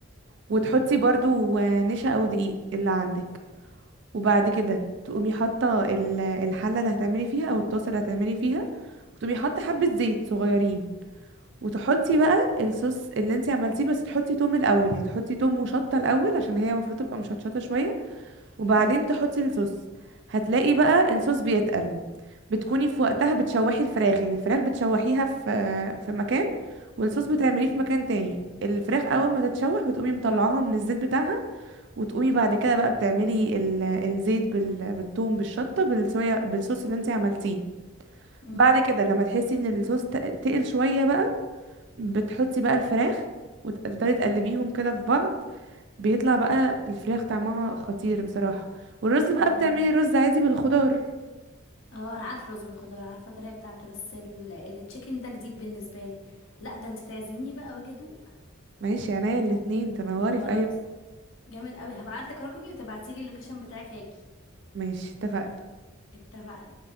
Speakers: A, on the right; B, on the left.
A: وتحطي
B: امم
A: برضو نشا او دقيق اللي عندك وبعد كده تقومي حاطه ال- الحله اللي هتعملي فيها او الطاسه اللي هتعملي فيها وتقومي حاطه حبه زيت صغيرين وتحطي بقى الصوص اللي انت عملتيه بس تحطي توم الاول يعني تحطي توم وشطه الاول عشان هي المفروض تبقى مشطشطه شويه وبعدين
B: امم
A: تحطي الصوص هتلاقي بقى الصوص بيتقل بتكوني في وقتها بتشوحي الفراخ يعني الفراخ بتشوحيها في في مكان والصوص بتعمليه في مكان تاني الفراخ اول
B: امم
A: ما تتشوح بتقومي مطلعاها من الزيت بتاعها وتقومي بعد كده بقى بتعملي ال- الزيت بال- بالثوم بالشطه بالصويا بالصوص اللي انت عملتيه
B: أمم.
A: بعد كده لما تحسي ان الصوص تق- تقل شويه بقى بتحطي بقى الفراخ وتفضلي تقلبيهم كده في بعض بيطلع بقى الفراخ طعمها خطير بصراحة والرز
B: اه
A: بقى بتعملي رز عادي بالخضار
B: اه انا عارف رز بالخضار عارفه الطريقه بتاعته بس ال- التشيكن ده جديد بالنسبه لي لا ده انت تعزميني بقى واجي ادوق
A: ماشي عينيا الاتنين تنوري
B: خلاص
A: في اي وقت.
B: جامد قوي هبعت لك رقمي وتبعتي لي اللوكيشن بتاعك هاجي
A: ماشي اتفقنا
B: اتفقنا